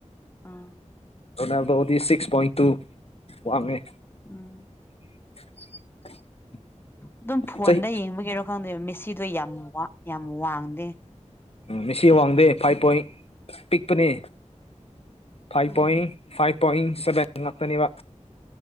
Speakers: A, on the left; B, on the left.
A: ꯑꯥ
B: ꯑꯣꯗꯗꯤ ꯁꯤꯛꯁ ꯄꯣꯏꯟ ꯇꯨ ꯋꯥꯃꯦ
A: ꯎꯝ
B: <unintelligible>
A: ꯑꯗꯨꯝ ꯐꯣꯟꯗ
B: ꯆꯍꯤ
A: ꯌꯦꯡꯕꯒꯤꯔꯣ ꯈꯪꯗꯦꯕ ꯃꯦꯁꯤꯗꯣ ꯌꯥꯝ ꯌꯥꯝ ꯋꯥꯡꯗꯦ
B: ꯎꯝ ꯃꯤꯁꯤ ꯋꯥꯡꯗꯦ ꯐꯥꯏꯚ ꯄꯣꯏꯟ ꯄꯤꯛꯄꯅꯤ five
A: um
B: point five point seven ꯉꯥꯛꯇꯅꯦꯕ